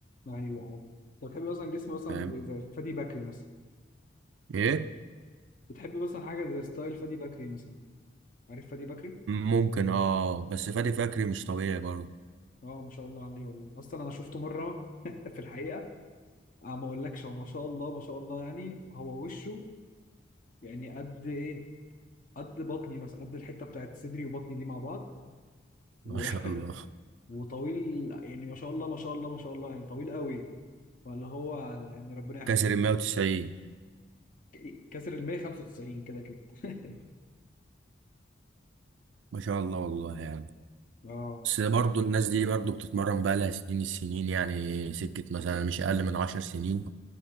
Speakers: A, on the left; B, on the right.
A: ايوه اه انت بتحب مثلا جسم مثلا
B: فاهم
A: زي فادي بكري مثلا
B: ايه
A: بتحب مثلا حاجه زي ستايل فادي بكري مثلا عارف فادي بكري
B: ممكن اه بس فادي فكري مش طبيعي برضو
A: اه ما شاء الله عليه والله اصلا انا شفته مره <laughs> في الحقيقه اه ما اقولكش هو ما شاء الله ما شاء الله يعني هو وشه يعني قد ايه قد بطني مثلا قد الحته بتاعت صدري وبطني دي مع بعض
B: <laughs>
A: و...
B: ما شاء
A: <laughs>
B: الله
A: وطويل يعني ما شاء الله ما شاء الله ما شاء الله يعني طويل قوي فاللي هو يعني ربنا يحميه
B: كسر ال 190
A: ك- كسر ال 195 كده كده <laughs>
B: ما شاء الله والله يعني
A: اه
B: بس برضه الناس دي برضه بتتمرن بقى لها سنين السنين يعني سكة مثلا مش أقل من عشر سنين